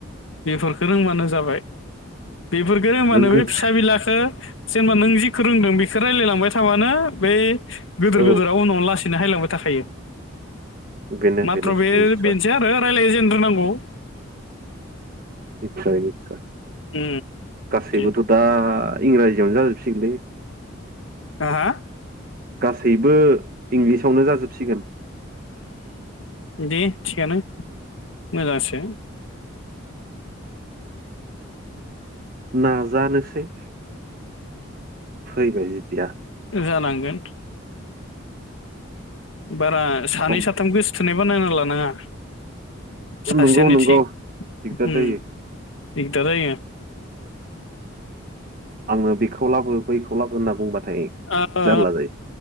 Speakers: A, on the left; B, on the right.
A: बेफोरखौ रोंबानो जाबाय बेफोरखौ रोंबानो
B: रोंगोन
A: बे फिसा बिलाखौ जेनेबा नों जिखौ रोंदों बेखौ रायजलायलांबाय थाबानो बै गिदोर
B: औ
A: गोदोरा उनावनो लासै नो हायलांबाय थाखायो
B: बेनो
A: माथ्र'
B: बेनो
A: बे
B: निसय
A: बेनोसै आरो रायज्लाय जेननो रोंग्रोनांगौ
B: निस्सय-निस्सय
A: उम
B: गासैबोथ'
A: दे
B: दा इंराजियावनो जाजोबसिगोनलै
A: <unintelligible>
B: गासैबो इंलिसावनो जाजोबसिगोन
A: दे थिगानो मोजांसो
B: नाजानोसै फैबाय जिथिया
A: जानांगोन बारा सानै
B: सम
A: साथाम गोसथोनाय बानायना लानाङा सासेयानो
B: नंगौ-नंगौ
A: थिग
B: दिगदार
A: उम
B: जायो
A: दिगदार जायो
B: आंनो बेखौ लाबो बैखौ लाबो होनना बुंबाथाय
A: ओ ओ
B: जारला जायो